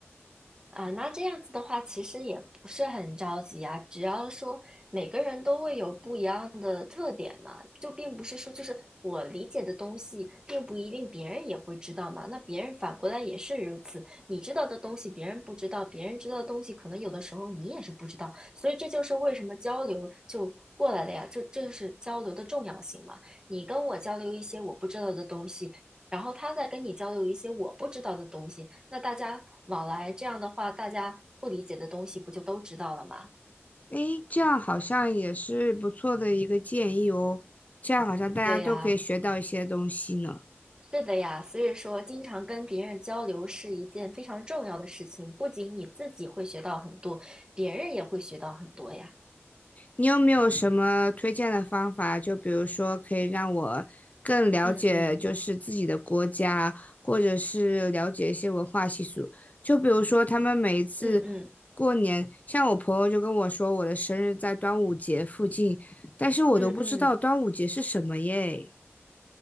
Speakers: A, on the right; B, on the left.
A: 啊，那这样子的话，其实也不是很着急啊。只要说每个人都会有不一样的特点嘛，就并不是说就是我理解的东西，并不一定别人也会知道嘛。那别人反过来也是如此，你知道的东西别人不知道，别人知道的东西可能有的时候你也是不知道。所以这就是为什么交流就过来了呀，就这就是交流的重要性嘛。你跟我交流一些我不知道的东西，然后他再跟你交流一些我不知道的东西，那大家往来这样的话，大家不理解的东西不就都知道了吗？
B: 诶，这样好像也是不错的一个建议哦，这样好像大家都可以学到一些东西呢。
A: 对呀，是的呀，所以说经常跟别人交流是一件非常重要的事情，不仅你自己会学到很多，别人也会学到很多呀。
B: 你有没有什么推荐的方法？就比如说，可以让我更了解就是自己的国家，
A: 嗯嗯
B: 或者是了解一些文化习俗。就比如说，他们每一次
A: 嗯嗯
B: 过年，像我朋友就跟我说，我的生日在端午节附近，但是我都不知道端午节是什么耶。
A: 嗯嗯。嗯嗯